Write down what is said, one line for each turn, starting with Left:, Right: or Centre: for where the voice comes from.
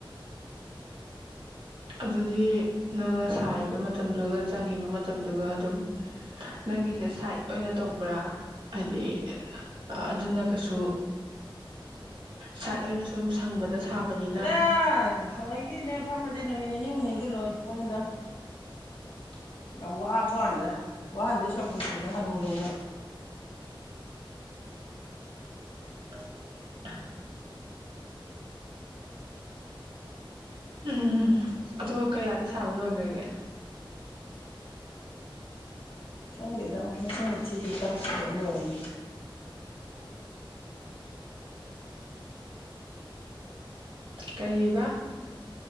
Right: ꯑꯗꯨꯗꯤ ꯅꯪꯅ ꯁꯥꯔꯤꯕ ꯃꯇꯝꯗꯨꯒ ꯆꯪꯉꯤꯕ ꯃꯇꯝꯗꯨꯒ ꯑꯗꯨꯝ ꯅꯪꯒꯤꯁꯦ ꯁꯥꯏꯠ ꯑꯣꯏꯅ ꯇꯧꯕ꯭ꯔꯥ ꯍꯥꯏꯗꯤ ꯑꯗꯨꯅ ꯀꯩꯁꯨ ꯁꯥꯏꯠ ꯑꯣꯏꯅ ꯁꯨꯝ ꯁꯪꯕꯗ ꯁꯥꯕꯅꯤꯅ
Left: ꯍꯦꯔꯥ ꯊꯧꯋꯣꯏꯀꯤꯅꯦ ꯐꯝꯃꯗꯤ ꯅꯨꯃꯤꯠ ꯅꯤꯅꯤ ꯍꯨꯝꯅꯤꯗ ꯂꯣꯏꯄꯣꯠꯅꯤꯗ <inaudible> ꯌꯥꯝ ꯋꯥꯕ ꯋꯥꯟꯗ ꯋꯥꯍꯟꯗꯩ ꯁꯧꯄꯨꯗꯤ ꯍꯅꯨꯔꯦꯅ
Right: <inaudible> ꯎꯝ ꯑꯆꯣ ꯀꯌꯥꯗꯤ ꯁꯥꯕ ꯂꯣꯏꯈ꯭ꯔꯒꯦ
Left: ꯀꯪꯗꯦꯗ ꯃꯆꯪꯕꯨ ꯊꯤꯒꯦ ꯇꯔꯨꯛꯂ ꯀꯩꯅꯣ ꯂꯣꯏꯔꯝꯃꯅꯤ
Right: ꯀꯩꯕ